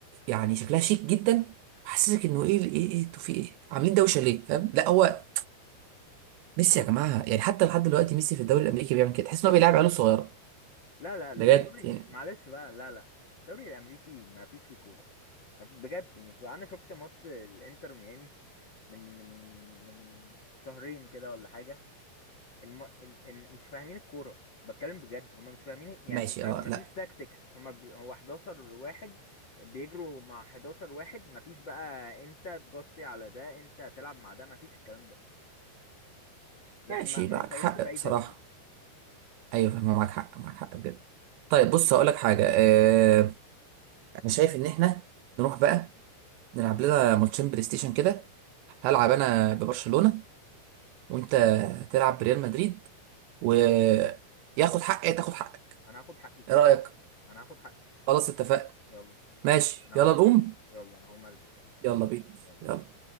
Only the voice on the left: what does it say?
فاهمك
لا لا الدوري
معلش بقى لا لا الدوري الامريكي ما فيش فيه كوره بجد مش بقى. انا شفت ماتش الانتر ميامي من من من شهرين كده ولا حاجه الم... إن... إن مش فاهمين الكورة بتكلم بجد هم مش فاهمين يعني
ما
ما
فيش تاكتكس هم ب... هو 11 واحد بيجروا مع 11 واحد ما فيش بقى انت تغطي على ده انت تلعب مع ده ما فيش الكلام ده يعني
ما ما
يقارنش
بأي
دوري
انا هاخد حقي كده
كده انا هاخد حقي
يلا
انا
هقوم
البس يلا انا هقوم البس اهو
يلا